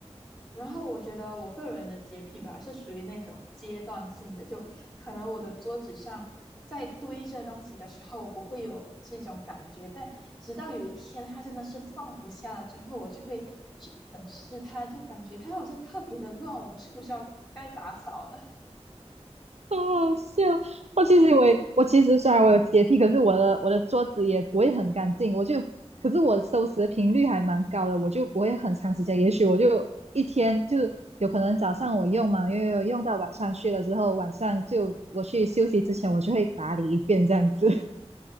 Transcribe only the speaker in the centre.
然后我觉得我个人的洁癖吧，是属于那种阶段性的，就可能我的桌子上在堆着东西的时候，我不会有这种感觉，但直到有一天它真的是放不下了之后，我就会去审视它，就感觉它好像特别的乱，我是不是要该打扫了？